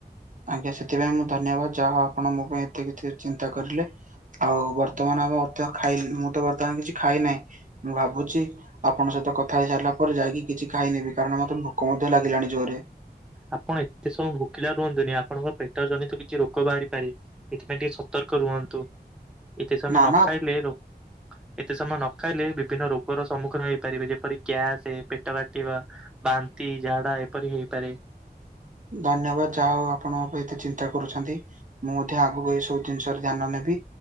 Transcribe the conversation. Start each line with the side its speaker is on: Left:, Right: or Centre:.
Right: ଆଜ୍ଞା ସେଥିପାଇଁ ମୁଁ ଧନ୍ୟବାଦ ଯାହା ହଉ ଆପଣ ମୋ ପାଇଁ ଏତେ କିଛି ଚିନ୍ତା କରିଲେ। ଆଉ ବର୍ତ୍ତମାନ ଆମ ମଧ୍ୟ ଖାଇ ମୁଁ ତ ବର୍ତ୍ତମାନ କିଛି ଖାଇ ନାହିଁ ମୁଁ ଭାବୁଛି ଆପଣଙ୍କ ସହିତ କଥା ହେଇ ସାରିଲା ପରେ ଯାଇକି କିଛି ଖାଇନେବି କାରଣ ମତେ ଭୋକ ମଧ୍ୟ ଲାଗିଲାଣି ଜୋରେ।
Centre: ଆପଣ ଏତେ ସମୟ ଭୋକିଲା ରୁହନ୍ତୁନି‌ ଆପଣଙ୍କ ପେଟ ଜନିତ କିଛି ରୋଗ ବାହାରିପାରେ। ଏଥିପାଇଁ ଟିକେ ସତର୍କ ରୁହନ୍ତୁ‌ ଏତେ ସମୟ
Right: ନା
Centre: ନ
Right: ନା
Centre: ଖାଇଲେ ରୋ ଏତେ ସମୟ ନ ଖାଇଲେ ବିଭିନ୍ନ ରୋଗର ସମ୍ମୁଖୀନ ହେଇପାରିବେ ଯେପରି ଗ୍ୟାସ, ପେଟ କାଟିବା। ବାନ୍ତି, ଝାଡ଼ା ଏପରି ହେଇପାରେ।
Right: ଧନ୍ୟବାଦ ଯାହା ହଉ ଆପଣ ମୋ ପାଇଁ ଏତେ ଚିନ୍ତା କରୁଛନ୍ତି। ମୁଁ ମଧ୍ୟ ଆଗକୁ ଏଇ ସବୁ ଜିନିଷରେ ଧ୍ୟାନ ନେବି‌